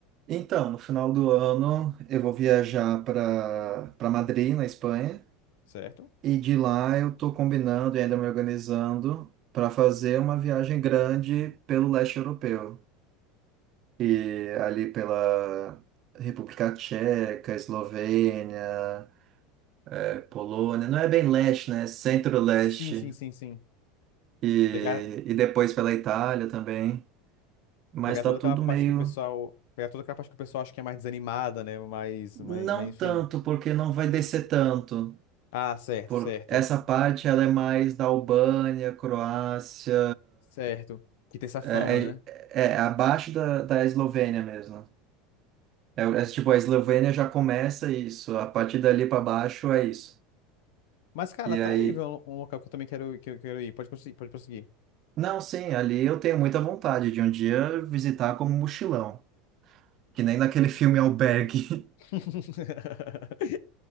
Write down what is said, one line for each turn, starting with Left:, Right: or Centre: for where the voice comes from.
Right: Então, no final do ano eu vou viajar para para Madrid, na Espanha,
Left: certo?
Right: e de lá eu tô combinando e ainda me organizando para fazer uma viagem grande pelo leste europeu. E ali pela República Tcheca, Eslovênia, eh, Polônia, não é bem leste, né? É Centro-leste.
Left: Sim, sim, sim, sim.
Right: E,
Left: Pegar,
Right: e depois pela Itália também. Mas
Left: pegar
Right: tá
Left: toda
Right: tudo
Left: aquela parte
Right: meio
Left: que o pessoal. Pegar toda aquela parte que o pessoal acha que é mais desanimada, né? Mas,
Right: Não
Left: mas, mas enfim.
Right: tanto, porque não vai descer tanto.
Left: Ah, certo,
Right: Porque
Left: certo.
Right: essa parte ela é mais da Albânia, Croácia,
Left: Certo. Que tem essa
Right: é,
Left: fama,
Right: é,
Left: né?
Right: é é abaixo da, da Eslovênia mesmo. É, é tipo, a Eslovênia já começa isso, a partir dali para baixo é isso.
Left: Mas, cara,
Right: E
Left: tá
Right: aí,
Left: aí, viu? Um local que eu também quero, que eu quero ir. Pode, conseguir, pode prosseguir.
Right: não, sim, ali eu tenho muita vontade de um dia visitar como mochilão, que nem naquele filme Albergue.
Left: <laughs>